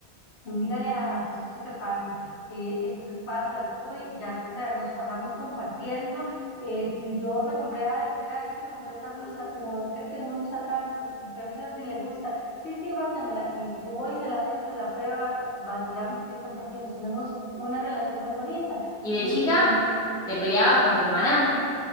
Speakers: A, on the left; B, in the centre.
A: Dígale a su esposo que pase. Eh, entonces pasa, la recoge y ya, o sea, nos pasamos compartiendo. Eh, si yo me compré algo, mira, es que me compré esta blusa, pero creo que no me gusta tanto, revisa si le gusta. Sí, sí, mándemela. Y yo voy, se la dejo, se la prueba, vacilamos y compartimos. Tenemos una relación muy bonita.
B: Y de
A: Y
B: chica
A: si
B: te peleabas con tu hermana.